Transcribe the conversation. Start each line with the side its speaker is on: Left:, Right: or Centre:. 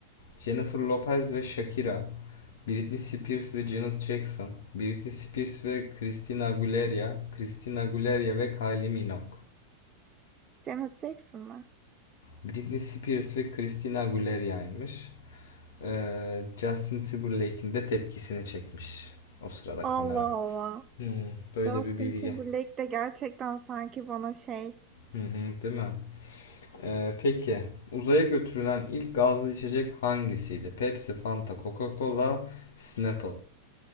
Left: Jennifer Lopez ve Shakira, Britney Spears ve Janet Jackson, Britney Spears ve Christina Aguilera, Christina Aguilera ve Kylie Minogue.
Right: Janet Jackson mı?
Left: Britney Spears ve Christina Aguilera'ymış. Ee, Justin Timberlake'in de tepkisini çekmiş o sırada
Right: Allah
Left: kamera.
Right: Allah.
Left: Hmm, böyle
Right: Justin
Left: bir bilgi.
Right: Timberlake de gerçekten sanki bana şey
Left: Hı hı, değil mi? Ee, peki uzaya götürülen ilk gazlı içecek hangisiydi? Pepsi, Fanta, Coca-Cola, Snapple.